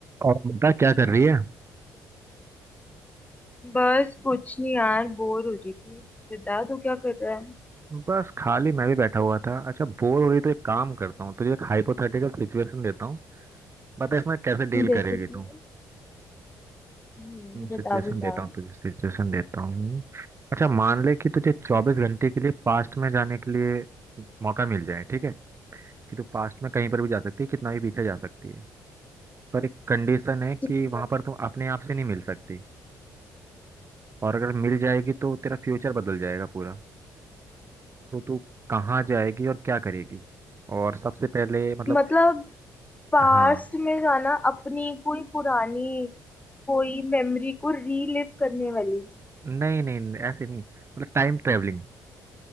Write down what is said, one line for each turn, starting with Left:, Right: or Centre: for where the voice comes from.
Right: और बता क्या कर रही है
Left: बस कुछ नहीं यार बोर हो रही थी बता तू क्या कर रहा है
Right: बस खाली मैं भी बैठा हुआ था अच्छा बोर हो रही तो एक काम करता हूँ तुझे एक हाइपोथेटिकल सिचुएशन देता हूँ बता इसमें कैसे डील
Left: जैसे
Right: करेगी
Left: कि
Right: तू
Left: हम्म बता
Right: सिचुएशन
Left: बता
Right: देता हूँ तुझे सिचुएशन देता हूँ अच्छा मान ले कि तुझे चौबीस घंटे के लिए पास्ट में जाने के लिए मौका मिल जाए ठीक है कि तू पास्ट में कहीं पर भी जा सकती है कितना भी पीछे जा सकती है पर एक कंडीशन है कि
Left: ठीक
Right: वहां
Left: है
Right: पर तुम अपने आप से नहीं मिल सकती और अगर मिल जाएगी तो तेरा फ्यूचर बदल जाएगा पूरा तो तू कहाँ जाएगी और क्या करेगी और सबसे पहले मतलब
Left: मतलब पास्ट
Right: हाँ
Left: में जाना अपनी कोई पुरानी कोई मेमोरी को रीलिव करने वाली
Right: नहीं नहीं नहीं, ऐसे नहीं मतलब टाइम ट्रेवलिंग